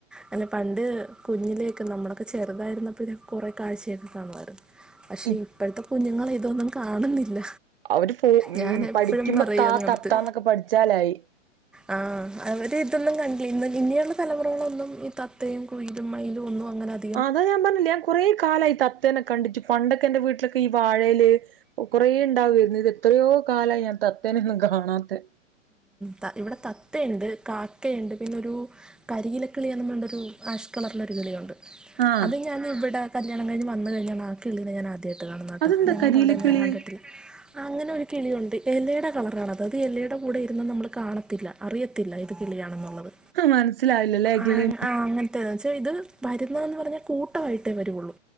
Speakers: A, in the centre; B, on the right (about 45°).
A: അല്ലെ പണ്ട് കുഞ്ഞിലേക്കെ നമ്മളൊക്കെ ചെറുതായിരുന്നപ്പോ കുറെ കാഴ്ചയൊക്കെ കാണുവായിരുന്നു പക്ഷെ
B: ഇ
A: ഇപ്പഴത്തെ കുഞ്ഞുങ്ങൾ ഇതൊന്നും കാണുന്നില്ല.
B: അവര് പോ ഉം
A: ഞാൻ എപ്പോഴും
B: പഠിക്കുമ്പോ
A: പറയും
B: താ
A: അതുങ്ങടുത്ത്
B: തത്താന്നൊക്കെ പഠിച്ചാലായി.
A: ആ അവര് ഇതൊന്നും കണ്ടില ഇനിയൊള്ള തലമുറകളൊന്നും ഇത് തത്തയും കുയിലും മയിലും ഒന്നും അങ്ങനെ അതി
B: അതാ ഞാൻ പറഞ്ഞിലേ ഞാന് കുറെ കാലായി തത്തേന കണ്ടിട്ടു പണ്ടൊക്കെ ന്റെ വീട്ടിലൊക്കെ ഈ വാഴയില് കുറേ ഉണ്ടാവരുന്നു ഇത് എത്രയോ കാലായി ഞാൻ തത്തേനൊന്നും കാണാത്തെ
A: ത ഇവിടെ താ ത്തയുണ്ട് കാക്കയുണ്ട് പിന്നെരു കരിയിലക്കിളിയെന്ന് പറഞ്ഞൊരു ആഷ് കളറിലൊരു കിളിയുണ്ട്.
B: ആഹ്
A: അത് ഞാൻ ഇവിടെ കല്യാണം കഴിഞ്ഞുവന്നു കഴിഞ്ഞാണ് ആ കിളിനെ ഞാൻ ആദ്യയാ ദേ കാണുന്നുട്ടാ
B: അതെന്താ
A: ഞങ്ങള്
B: കരിയില
A: കണ്ടതൊന്നും
B: കിളി
A: ഞാൻ കണ്ടിട്ടില്ലാ അങ്ങനെ ഒരു കിളിയുണ്ട് എലേടെ കളറാണത് അത് എലേടെ കൂടെ ഇരുന്ന നമ്മൾ കാണത്തില്ല. അറിയത്തില്ല ഇത് കിളിയാണെന്നുള്ളത്
B: മനസ്സിലായില്ലല്ലേ
A: ആ
B: കിളി
A: ആങ്ങ ത് ച്ച് ഇത് വരുന്ന എന്നുപറഞ്ഞാ കൂട്ടമായിട്ടേ വരുവൊള്ളൂ.